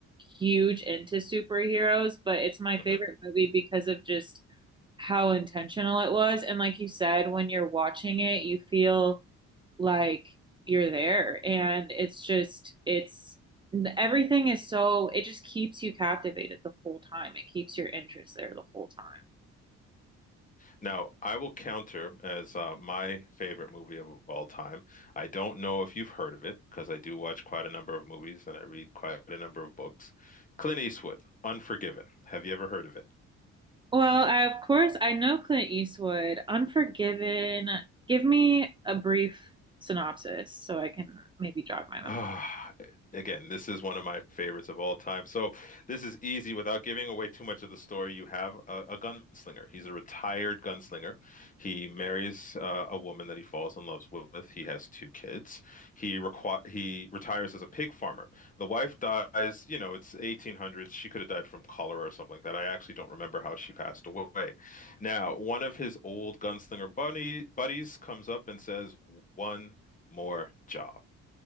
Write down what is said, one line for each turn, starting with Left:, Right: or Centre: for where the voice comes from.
Right: huge into superheroes, but it's my
Left: hmm
Right: favorite movie because of just how intentional it was. And like you said, when you're watching it, you feel like you're there. And it's just it's everything is so it just keeps you captivated the whole time. It keeps your interest there the whole time.
Left: Now, I will counter as uh, my favorite movie of all time. I don't know if you've heard of it because I do watch quite a number of movies and I read quite a number of books. Clint Eastwood, Unforgiven. Have you ever heard of it?
Right: Well, I, of course, I know Clint Eastwood. Unforgiven. Give me a brief synopsis so I can maybe jog my memory.
Left: Ah, again, this is one of my favorites of all time. So this is easy without giving away too much of the story. You have a, a gunslinger. He's a retired gunslinger. He marries uh, a woman that he falls in love with. He has two kids. He requ he retires as a pig farmer. The wife dies, you know, it's 1800s. She could have died from cholera or something like that. I actually don't remember how she passed away. Now, one of his old gunslinger bunny buddies comes up and says, "One more job."